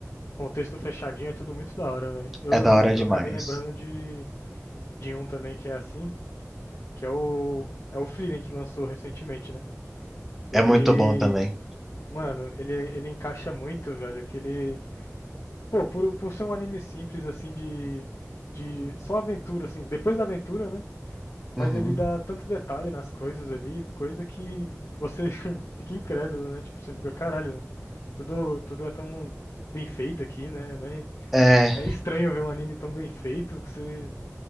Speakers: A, on the left; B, in the centre.
A: contexto fechadinho é tudo muito da hora, velho. Eu,
B: É da hora
A: eu
B: demais.
A: acabei lembrando de, de um também que é assim, que é o, é o Frieren que lançou recentemente, né?
B: É
A: Ele,
B: muito bom também.
A: mano, ele, ele encaixa muito, velho, que ele... Pô, por, por ser um anime simples, assim, de, de só aventura, assim, depois da aventura, né? Mas
B: Uhum.
A: ele dá tanto detalhe nas coisas ali, coisa que você <laughs> fica incrédulo, né? Tipo, você fica, caralho, tudo, tudo é tão bem feito aqui, né? É
B: É,
A: é estranho ver um anime tão bem feito que você,